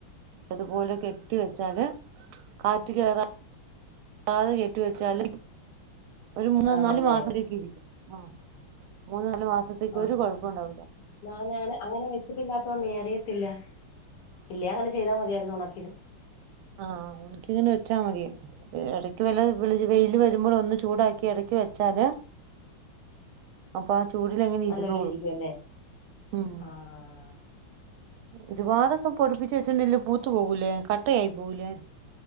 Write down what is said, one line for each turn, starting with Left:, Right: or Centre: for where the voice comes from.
Right: അതുപോലെ കെട്ടിവെച്ചാല് കാറ്റ് കയറാ തെ കെട്ടി വെച്ചാല് ഒരു മൂന്നോ
Left: ആണല്ലേ
Right: നാല് മാസമൊക്കെ ഇരിക്കും. ആഹ മൂന്ന് നാല് മാസത്തേക്ക്
Left: ആ
Right: ഒരു കുഴപ്പം
Left: ആാ ആാ
Right: ഉണ്ടാവില്ല
Left: ഞാന അങ്ങനെ അങ്ങനെ വെച്ചിട്ടില്ലാത്തോണ്ട് അറിയത്തില്ല ഇല്ല അങ്ങനെ ചെയ്താ മതിയായിരുന്നു ഉണക്കിന്
Right: ആഹ ഉനക്കിങ്ങനെ വെച്ചാ മതി, ഇടയ്ക്ക് വല്ല വെയില് വരുമ്പോൾ ഒന്ന് ചൂടാക്കി ഇടക്ക് വെച്ചാല്
Left: <inaudible>
Right: അപ്പൊ ആ ചൂടില എങ്ങനെ
Left: നല്ലപോലെ
Right: ഇരുന്നോളും
Left: ഇരിക്കും അല്ലേ
Right: ഉം
Left: ആഹ്
Right: ഒരുപാടൊക്കെ പൊടിപ്പിച്ച് വെച്ചിണ്ടങ്കിൽ പൂത്തു പോകൂലേ കട്ടയായി പോകൂലേ